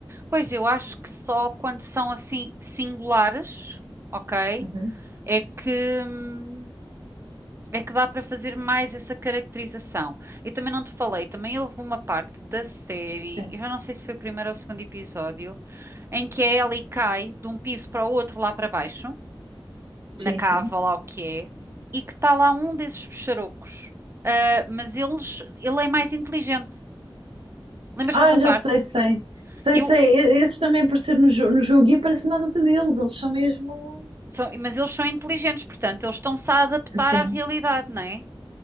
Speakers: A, on the right; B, on the right.
A: Pois eu acho que só quando são assim singulares, ok?
B: Uhum,
A: É que, hum, é que dá para fazer mais essa caracterização. Eu também não te falei, também houve uma parte da série,
B: Sim,
A: eu já não sei se foi o primeiro ou o segundo episódio, em que a Ellie cai de um piso para o outro lá para baixo, na
B: sim,
A: cava,
B: sim.
A: ou lá o que é, e que está lá um desses pecharocos. Ah, mas eles, ele é mais inteligente. Lembras
B: Ah,
A: dessa
B: já
A: parte?
B: sei, sei. Sei,
A: Eu,
B: sei, E- esses também apareceram no, jo- no jogo e aparece uma data deles, eles são mesmo.
A: são- mas eles são inteligentes, portanto, eles estão-se a adaptar
B: Sim,
A: à realidade, não é?